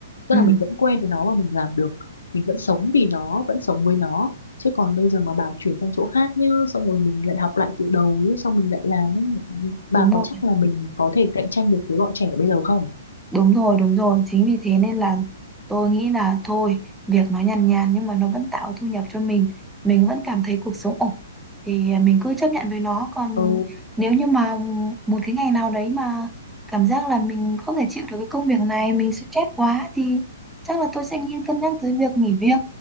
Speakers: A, on the left; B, in the centre.
A: tức
B: ừ,
A: là mình vẫn quen với nó và mình làm được mình vẫn sống vì nó vẫn sống với nó chứ còn bây giờ mà bảo chuyển sang chỗ khác nhá xong rồi mình lại học lại từ đầu nhá, xong mình lại làm ấy bà
B: đúng rồi
A: có chắc là mình có thể cạnh tranh được với bọn trẻ bây giờ không
B: Đúng rồi, đúng rồi. Chính vì thế nên là tôi nghĩ là thôi, việc nó nhàn nhàn nhưng mà nó vẫn tạo thu nhập cho mình. Mình vẫn cảm thấy cuộc sống ổn. Thì à, mình cứ chấp nhận với nó. Còn
A: ừ
B: nếu như mà một cái ngày nào đấy mà cảm giác là mình không thể chịu được cái công việc này, mình sẽ chết quá thì chắc là tôi sẽ nghĩ cân nhắc tới việc nghỉ việc.